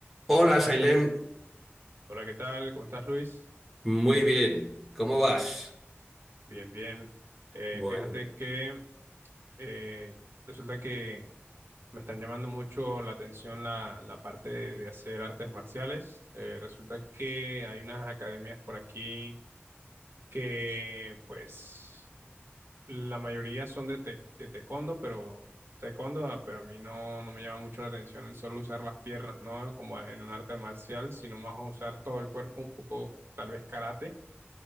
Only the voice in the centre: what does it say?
Hola, Sailem.
Muy bien. ¿Cómo vas?
Bueno,